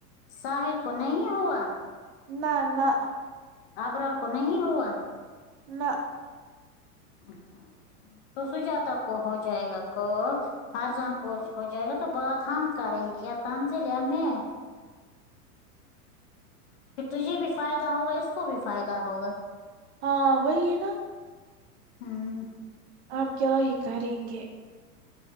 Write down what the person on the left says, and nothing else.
ساحل کو نہیں ہوا
ابرار اور کو نہیں ہوا
اچھا اچھا تو سجاتا کو ہو جائے گا کل فرزان کوش ہو جائے گا تو بات ہم کریں گے یا تنزلیں میں پھر تجھے بھی فائدہ ہوگا اس کو بھی فائدہ ہوگا
ہوں